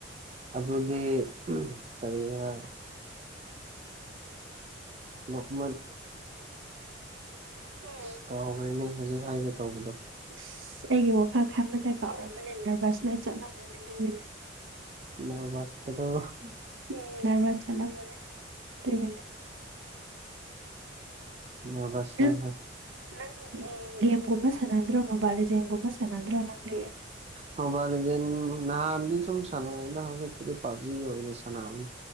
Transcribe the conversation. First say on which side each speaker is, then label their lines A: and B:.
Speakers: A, on the right; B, on the right.
A: ꯑꯗꯨꯗꯤ ꯎꯝ ꯀꯔꯤꯒꯤꯔ ꯅꯣꯛꯃꯟ
B: ꯎꯝ
A: ꯑꯁ ꯀꯥꯎꯒ꯭ꯔꯦꯅꯦ ꯍꯧꯖꯤꯛ ꯍꯥꯏꯒꯦ ꯇꯧꯕꯗꯣ
B: ꯑꯁ ꯑꯩꯒꯤ ꯋꯥꯈꯜ ꯈꯟꯕꯗ ꯀꯥꯎꯔꯝꯃꯅꯤ ꯅꯔꯚꯁ ꯂꯣꯏ ꯆꯠꯂꯝꯃꯅꯤ ꯑꯗꯨꯒꯤꯅꯦ
A: <unintelligible>
B: ꯎꯝ ꯅꯔꯚꯁ ꯆꯠꯂꯝꯃꯅꯤ ꯑꯗꯨꯒꯤꯅꯦ
A: ꯅꯔꯚꯁ
B: ꯅꯪ
A: ꯁꯦ
B: ꯅꯪ ꯎꯝ ꯒꯦꯝꯒꯨꯝꯕ ꯁꯥꯟꯅꯗ꯭ꯔꯣ ꯃꯣꯕꯥꯏꯜ ꯂꯤꯖꯦꯟ ꯒꯨꯝꯕ ꯁꯥꯟꯅꯗ꯭ꯔꯣ ꯅꯪꯗꯤ
A: ꯃꯣꯕꯥꯏꯜ ꯂꯤꯖꯦꯟ ꯅꯍꯥꯟꯗꯤ ꯁꯨꯝ ꯁꯥꯟꯅꯩ ꯍꯟꯗꯛꯀꯤꯗꯤ ꯄꯞꯖꯤ ꯑꯣꯏꯅ ꯁꯥꯟꯅꯕꯅꯤ